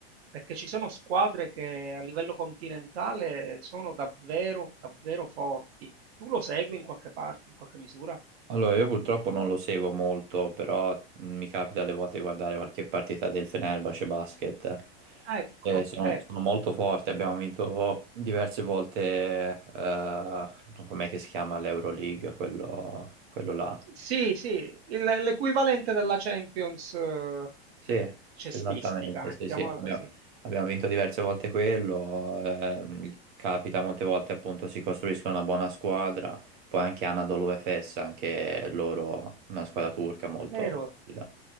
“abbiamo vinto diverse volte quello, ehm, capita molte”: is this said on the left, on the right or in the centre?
Right